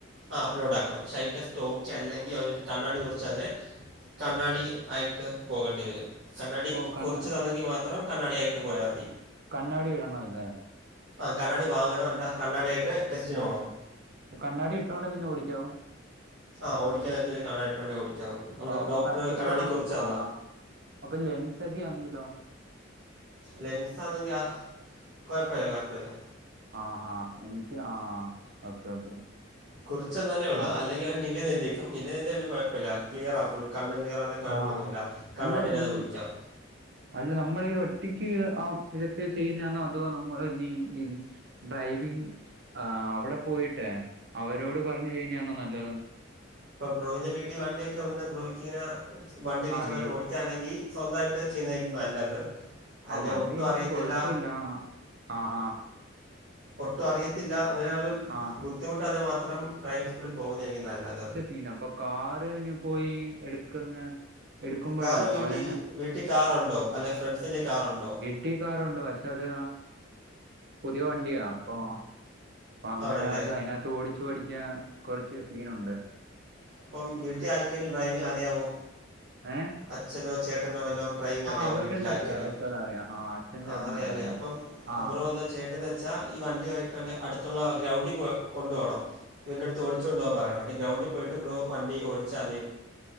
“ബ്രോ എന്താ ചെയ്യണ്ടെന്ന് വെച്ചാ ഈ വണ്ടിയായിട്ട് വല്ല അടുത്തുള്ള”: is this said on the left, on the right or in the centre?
Right